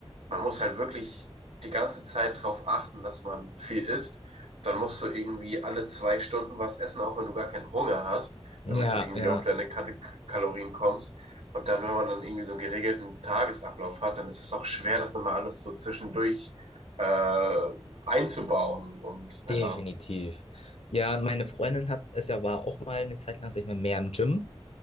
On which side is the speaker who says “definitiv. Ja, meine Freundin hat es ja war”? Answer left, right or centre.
Left